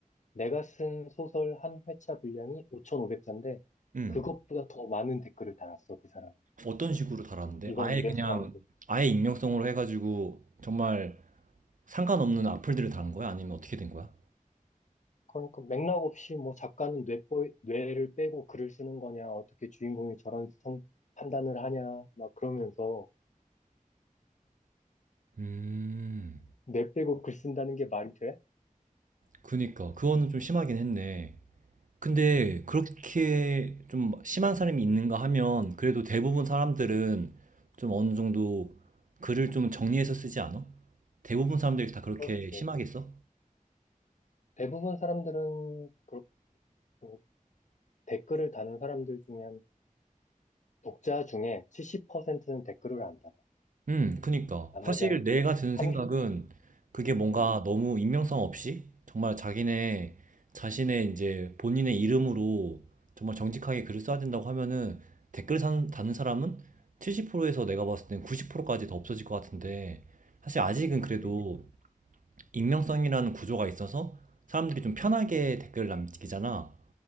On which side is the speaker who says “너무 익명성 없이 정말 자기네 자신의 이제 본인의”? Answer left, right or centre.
Right